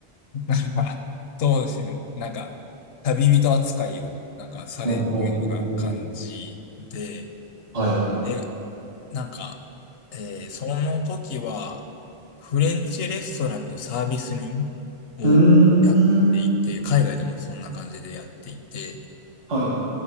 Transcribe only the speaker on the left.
なんか、そうですね、なんか、旅人扱いをなんかされるような感じで、
で、なんか、えーその時は、フレンチレストランのサービス人をやっていて、
海外でもそんな感じでやっていて、